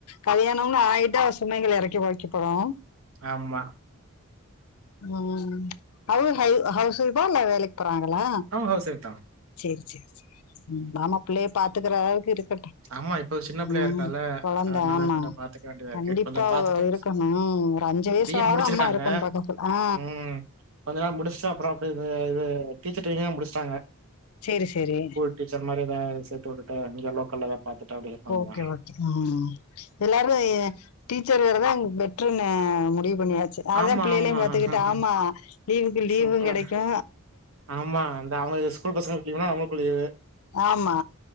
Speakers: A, on the left; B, on the right.
A: கல்யாணோன் ஆயிட்டா சுமைகள் எறக்கி வைக்க போறோ
B: ஆமா
A: ம் ஹொவ் ஹய் ஹவுஸ் ஒய்ஃபா இல்ல வேலைக் பறாங்களா
B: அவ ஹவுஸ் ஒய்ஃப் தா
A: செரி செரி ம் வாம பிள்ளைய பாத்துக்கறளவுக்கு இருக்கட்டு
B: ஆமா இப்போ சின்ன பிள்ளையா
A: ம்
B: இருக்கால
A: கொழந்த
B: அதனால
A: ஆமா
B: கொஞ்ச பாத்துக்க வேண்டியதா
A: கண்டிப்பா
B: இருக்கு கொஞ்ச பாத்துட்டு
A: ஓ இருக் க்கணும் ஒரு அஞ்சு வயசாக
B: பி எட் முடிச்சிருக்காங்க
A: அம்மா இருக்கன் பகத்ல அ
B: ம் கொஞ்ச நே முடிச்ட்டு அப்றோ அப்டி இது இது டீச்சர் ட்ரெய்னிங்லா முடிச்டாங்க
A: சேரி செரி
B: டீச்சர் மாரி எதா வேலைக் சேத்து வுட்டுட்டு இங்க லோக்கல்ல எதாப் பாத்துட்டு அப்டே இருக்க வேண்டிதா
A: ஓகே ம் எல்லாரு எ டீச்சர் வேலதாங் பெட்ருன்னே முடிவு பண்ணியாச் சு அதாம்
B: ஆமா
A: பிள்ளேளியும்
B: ஆமா
A: பாத்துகிட்டு ஆம்மா லீவுக்கு லீவுங்
B: சூப்பர்
A: கெடைக்கு
B: ஆமா இந்த அவுங்களுக்கு ஸ்கூல் பசங்ளுக் லீவுனா அவுங்ளுக்கு லீவு
A: ஆமா